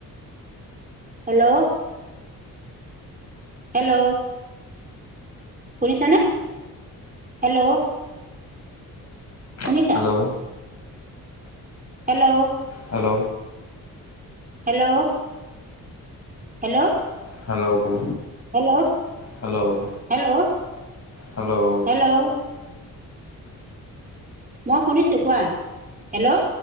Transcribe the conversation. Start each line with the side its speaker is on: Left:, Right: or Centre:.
Right: Hello. Hello. শুনিছানে? হেল্ল'। শুনিছা?
Left: Hello
Right: hello.
Left: Hello.
Right: Hello. Hello.
Left: Hello,
Right: hello
Left: hello,
Right: hello
Left: hello.
Right: Hello মই শুনিছোঁ কোৱা, হেল্ল'।